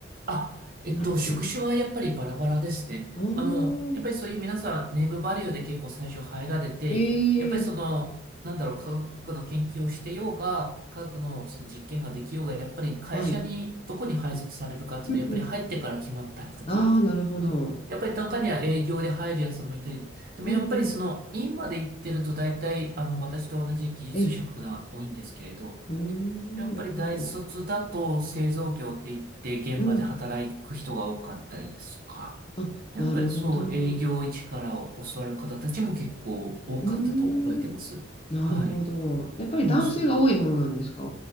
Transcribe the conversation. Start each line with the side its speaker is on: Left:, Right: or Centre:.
Right: あ、えっと、
Left: なんていう
Right: 職種はやっぱりバラバラですね。
Left: の。
Right: あの、やっぱりそういう皆さん、
Left: ああ、
Right: ネームバリューで結構最初入られて、
Left: ええ
Right: やっぱりその、なんだろう、科学の研究をしてようが、科学のその実験ができようが、やっぱり会社にどこに配属されるかっていうのは、
Left: はい。うんうん。
Right: やっぱり入ってから決まったりとか、
Left: ああ、なるほど。
Right: うん。やっぱり中には営業で入るやつもいたり、でもやっぱりその、
Left: うんうん。
Right: 院まで行ってると大体、あの、私と同じ技術職が多いんですけれど、
Left: ええ。ああ、なるほど。
Right: やっぱり大卒だと製造業って言って現場で働く人が多かったりですとか、
Left: うん。あ、
Right: やっぱりそう営業一から教わる方たちも結構多かったと覚えてます。
Left: なるほど。うーん。なるほど。
Right: はい。
Left: やっぱり男性が多いものなんですか
Right: そうそう。